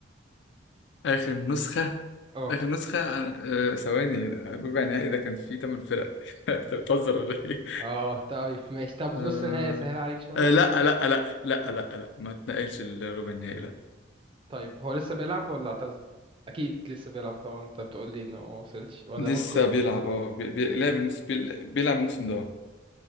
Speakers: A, on the left; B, on the right.
A: آخر نسخة
B: اه
A: آخر نسخة آه، ثواني الربع النهائي ده كان فيه تمن فرق <laughs> أنت بتهزر ولا إيه؟
B: اه طيب ماشي طب
A: آه،
B: نص نهائي اسهل عليك شوية
A: آه، لا آه، لا آه، لا لا آه، لا آه، لا ما اتنقلش الربع النهائي لا
B: طيب هو لسه بيلعب ولا اعتزل اكيد لسه بيلعب طبعا انت بتقول لي انه ما وصلش ولا
A: لسه
B: ممكن
A: بيلعب اه بي- بي- لعب الموسم بي- بيلعب الموسم ده اه